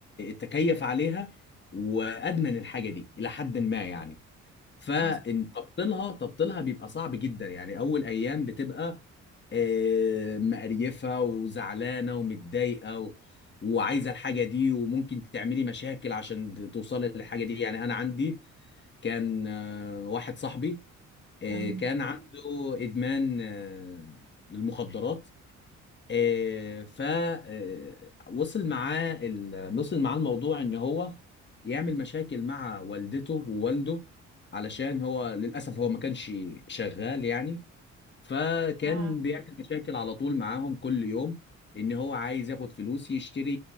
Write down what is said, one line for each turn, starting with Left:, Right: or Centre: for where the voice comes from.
Left: تكيف عليها وادمن الحاجه دي الى حد ما يعني فان
Right: مم.
Left: تبطيلها تبطيلها بيبقى صعب جدا يعني اول ايام بتبقى آه، مقريفه وزعلانه ومتضايقه و... وعايزه الحاجه دي وممكن تعملي مشاكل عشان توصلي للحاجه دي يعني انا عندي كان آه، واحد صاحبي آه،
Right: تمام
Left: كان عنده ادمان آه، للمخدرات آه، ف آه، وصل معاه ال... وصل معاه الموضوع ان هو يعمل مشاكل مع والدته ووالده علشان هو للاسف هو ما كانش شغال يعني فكان
Right: اه
Left: بيعمل مشاكل على طول معاهم كل يوم ان هو عايز ياخد فلوس يشتري